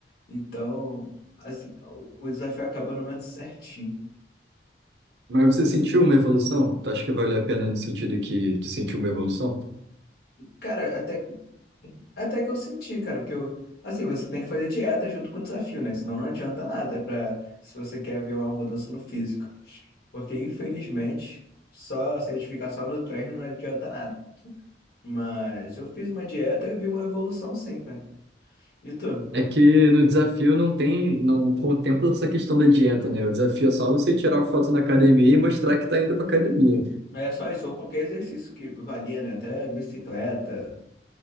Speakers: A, on the left; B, on the right.
A: Então, assim, o o desafio acabou no momento certinho.
B: Mas você sentiu uma evolução? Tu acha que valeu a pena no sentido que tu sentiu uma evolução?
A: Cara, até, até que eu senti, cara, porque eu, assim, você tem que fazer dieta junto com o desafio, né? Senão não adianta nada pra, se você quer ver uma mudança no físico. Porque infelizmente, só se a gente ficar só no treino não adianta nada. Mas eu fiz uma dieta e vi uma evolução sim, cara. E tu?
B: É que no desafio não tem, não contempla essa questão da dieta, né? O desafio é só você tirar uma foto na academia e mostrar que tá indo pra academia.
A: É só isso, ou qualquer exercício que valia, né? Até bicicleta,